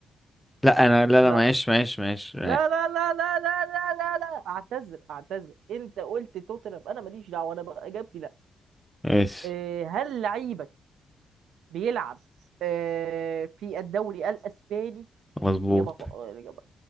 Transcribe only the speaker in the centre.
لا انا لا
لا معلش معلش معلش
ماشي
مظبوط